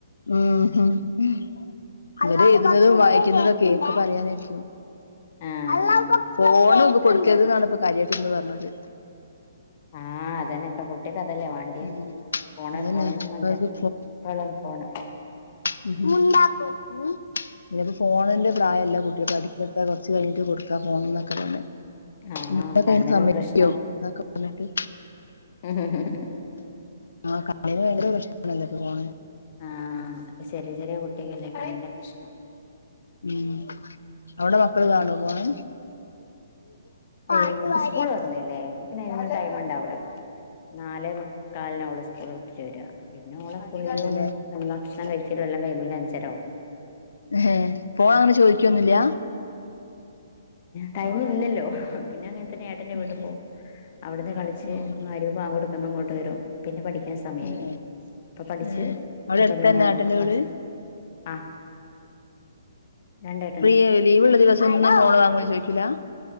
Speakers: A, on the left; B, on the left.
A: ഹ്മ്മ്, ഹ്മ്മ് ഓല് എഴ്ത്ണതും വായിക്ക്ണതൊക്കെ ഒക്കെ പറയാനായിരിക്കും
B: ആഹ്
A: അള്ളാഹു ബക്ബർ കേൾക്ക്ണ്ട്, ഫോണൊന്നും കൊട്ക്കര്ത് ന്നാണ് ഇപ്പ കാര്യായിട്ട്ന്ന് പർഞ്ഞത്.
B: ആഹ് അതന്നെ ഇപ്പൊ കുട്ട്. ക്ക് അതല്ലേ വാണ്ട്‌യേ
A: ഉം
B: ഫോണ്
A: അതന്നെ
B: ഫോണ്ന്ന് പർഞ്ഞാണ്ട്
A: അവർക്ക്
B: എപ്പളും ഫോണ്.
A: ഉം ഹും ഇഞ്ത് ഫോണിന്റെ പ്രായല്ല കുട്ട്യോക് പഠിക്കട്ടെ കൊറച്ച് കഴിഞ്ഞിട്ട് കൊടുക്കാ ഫോണ്ന്നൊക്കെ പറഞ്ഞ്.
B: ആഹ്
A: <unintelligible>
B: കണ്ണിനും
A: സമയ്ക്ക്യോ
B: പ്രശ്നം
A: ഇതൊക്കെ പർഞ്ഞിട്ട്.
B: <unintelligible>
A: ആഹ് കണ്ണന് ഭയങ്കര പ്രശ്നാണല്ലൊ ഫോണ്.
B: ആഹ് ഇപ്പൊ ചെറിയ ചെറിയ കുട്ട്യാകല്ലേ കണ്ണിന് പ്രശ്നം.
A: ഉം അവിടെ മക്കള് കാണോ ഫോണ്. ആ
B: ഏയ് ഇപ്പ സ്കൂൾ തൊർന്നില്ലേ അപ്പം പിന്നെ അയ്നെന്നും ടൈമ്ണ്ടാവൂല നാലേ മുക്കാലിനാ ഓള് സ്കൂൾ വി ച്ച് വരാ പിന്നെ ഓളെ കുളിയും
A: അതന്നെല്ലേ
B: എന്താ ഭക്ഷണം കഴിച്ചലും എല്ലാം കയ്യുമ്പോൾ ഒര് അഞ്ചരാവും.
A: ഇഹോ ഫോൺ അങ്ങനെ ചോയ്ക്കൊന്നുല്ല.
B: ട്ടൈമ് ഇല്ലല്ലോ. പിന്നെ അങ്ങൻത്തന്നെ ഏട്ടന്റെ വീട്ട്
A: ഉം
B: പോവും അവിട്ന്ന് കളിച്ച്
A: ഉം
B: മഅരിബാങ്കൊട്ക്കുമ്പോ ഇങ്ങോട്ട് വരും കൊോടുക്കുമ്പോൾ അങ്ങോട്ട് വരും. പിന്നെ പഠിക്കൻ സമയായി
A: ഏ
B: അപ്പൊ പഠിച്ച്
A: ഏ അവിടെ
B: ഒമ്പത്
A: അടുത്തന്നെ
B: മണിയാകുമ്പേക്കിന്
A: ഏട്ടന്റെ വീട്
B: ഭക്ഷണം. ആഹ് രണ്ടാ
A: ഫ്രീ ലീവ് ഉള്ള ദിവസം ഒന്നും ഫോൺ വാങ്ങു എന്ന് ചോയ്ക്കില്ല.